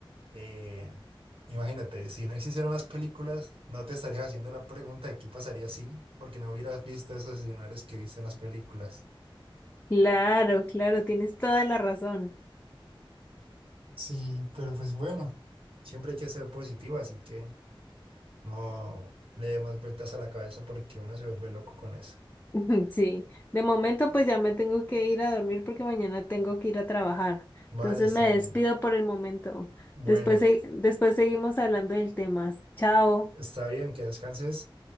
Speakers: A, on the right (about 75°); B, on the left (about 20°).
A: eh, imagínate, si no existieran las películas, no te estarías haciendo la pregunta de qué pasaría si, porque no hubieras visto esos escenarios que viste en las películas.
B: Claro, claro, tienes toda la razón.
A: Sí, pero pues bueno, Siempre hay que ser positivo, así que no le dé más vueltas a la cabeza porque uno se vuelve loco con eso.
B: <laughs> Sí, de momento pues ya me tengo que ir a dormir porque mañana tengo que ir a trabajar.
A: Vale,
B: Entonces
A: está
B: me
A: bien.
B: despido por el momento.
A: Bueno,
B: Después, se- después seguimos hablando del tema. Chao.
A: está bien, que descanses.